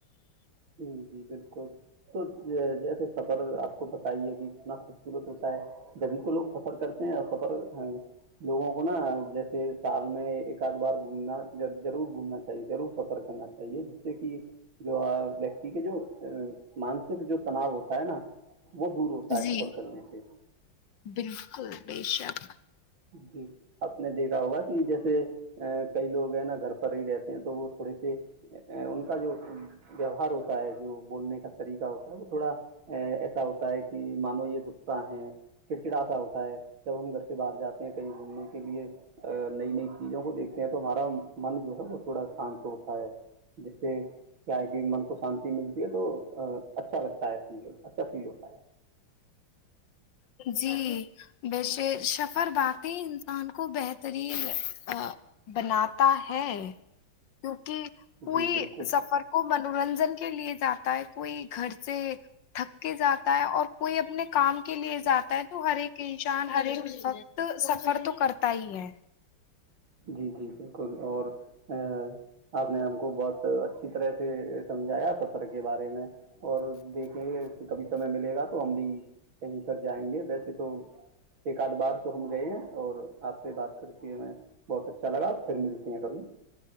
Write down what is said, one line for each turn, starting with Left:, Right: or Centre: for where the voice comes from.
Right: جی جی بالکل تو جیسے سفر آپ کو پت ہی ہے کہ کتنا خوبصورت ہوتا ہے جبھی تو لوگ سفر سفر کرتے ہیں اور سفر ہاں لوگوں کو نا جیسے سال میں ایک کد بار گھومنا جب بھی ضرور گھومنا چاہیےضرور سفر کرنا چاہے صیے جس سے کہ جو ویکتی کے جو مانسک جو تناؤ ہوتا ہے نا وہ دور ہوتا ہے
Left: جی
Right: سفر کرنے سے
Left: بالکل بے شک
Right: جی آپ نے دیکھا ہوگا کہ جیسے ا کئی لوگ ہیں نا گھر پر ہی رہتے ہیں تو وہ تھوڑے سے ان کا جو ویوہار ہوتا ہے جو بولنے کا طریقہ ہوتا وہ تھوڑا ا ایسا ہوتا ہے کہ مانو یہ غصہ ہے چڑچڑاسا ہوتا ہے جب ہم گھر سے باہر جاتے کہیں گھومنے کے لیے نئی نئی چیزوں کو دیکھتے ہیں تو ہمارا من جو ہے وہ تھوڑا شانت ہوتا ہے جس سے کیا ہے کہ من کو شانتی ملتی ہے تو اچھا لگتا ہے فل اچھا فیل ہوتا ہے
Left: جی ویسے سفر باقی انسان کو بہترین بناتا ہے کیونکہ پئی
Right: جی بالکل
Left: سفر کو من منورنجن کے لیے جاتا ہے کوئی گھر سے تھک کے جاتا ہے اور کوئی اپنے کام کے لیے جاتا ہے تو ہر ایک انسان ہر ایک وقت سفر تو کرتا ہی ہے
Right: جی جی بالکل اور ا آپ نے ہم کو بہت اچھی طرح سے سمجھایا سفر کے بارے میں اور دیکھیں گے کبھی سمے ملے گا تو ہم بھی کہیں کر جائیں گے ویسے تو ایک آد بار تو ہم گئے ہیں اور آپ سے بات کر کے میں بہت اچھا لگا پھر ملتے ہیں کبھی